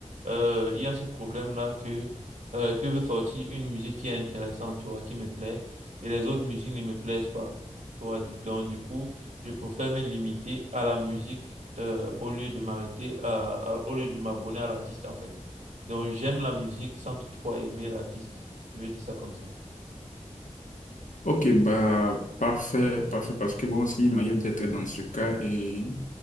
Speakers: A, on the right (about 70°); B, on the left (about 85°).
A: euh, il y a ce problème-là que euh, ils peuvent sortir une musique qui est intéressante, tu vois, qui me plaît, et les autres musiques ne me plaisent pas, tu vois. Du, donc du coup, je préfère me limiter à la musique euh, au lieu de m'arrêter à, à- au lieu de m'abonner à l'artiste en fait. Donc j'aime la musique sans toutefois aimer l'artiste. Je vais dire ça comme ça.
B: Ok, bah, parfait, parfait, parce que bon, aussi, il m'arrive d'être dans ce cas et